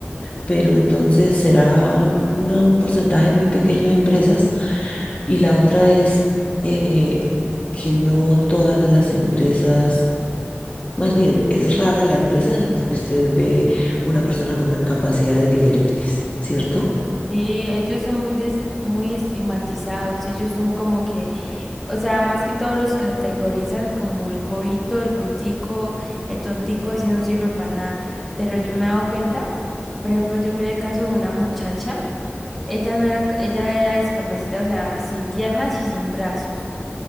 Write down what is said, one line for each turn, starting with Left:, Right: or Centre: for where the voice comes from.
Left: Pero entonces será una- un porcentaje muy pequeño de empresas y la otra es eh, que no todas las empresas más bien, es rara la empresa en la que usted ve una persona con capacidades diferentes, ¿cierto?
Centre: Sí, ellos son muy, des- muy estigmatizados, ellos son como que, o sea, más que todos los categorizan como el bobito, el brutico, el tontico, ese no sirve para nada, pero yo me he dado cuenta, por ejemplo, yo miré el caso de una muchacha. Ella no era, ella era discapacitada, o sea, sin piernas y sin brazos.